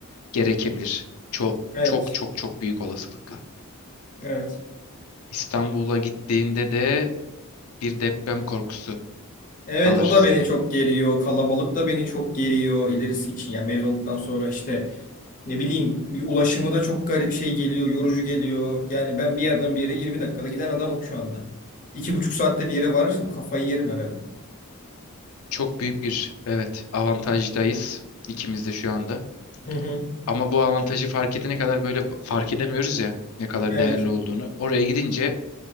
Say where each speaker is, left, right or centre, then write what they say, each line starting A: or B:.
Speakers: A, on the left; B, on the left.
A: gerekebilir. Çok
B: Evet.
A: çok çok çok büyük olasılıkla.
B: Evet.
A: İstanbul'a gittiğinde de bir deprem korkusu
B: Evet
A: alır
B: o da
A: senin.
B: beni çok geriyor. Kalabalık da beni çok geriyor ilerisi için. Yani mezunluktan sonra işte ne bileyim bir ulaşımı da çok garip şey geliyor, yorucu geliyor. Yani ben bir yerden bir yere 20 dakikada giden adamım şu anda. İki buçuk saatte bir yere varırsam kafayı yerim herhalde.
A: Çok büyük bir evet avantajdayız ikimiz de şu anda.
B: Hı hı.
A: Ama bu avantajı fark edene kadar böyle fark edemiyoruz ya ne kadar
B: Evet.
A: değerli olduğunu. Oraya gidince